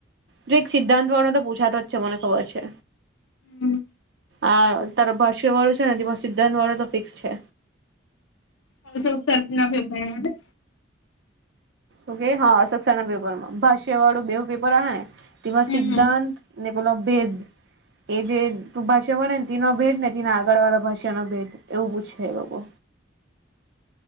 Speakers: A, on the right; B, on the left.
A: જો એક સિદ્ધાંત વાળો તો પૂછાતો જ છે મને ખબર છે.
B: હમ.
A: આ તારો ભાષ્ય વાળો છે ને તે સિદ્ધાંત વાળો તો ફિક્સ છે.
B: આવ સર ના પેપર યાદ હે
A: ઓકે હા સસર ના પેપરમાં ભાષ્ય વાળું બેવું પેપર આહે તેમાં
B: હમ
A: સિદ્ધાંત ને પલો ભેધ એ જે તું ભાષા વળે ને તેનો ભેદ ને તને આગળ વાળા ભાષા ના ભેદ એવું પૂછે લે લોકો.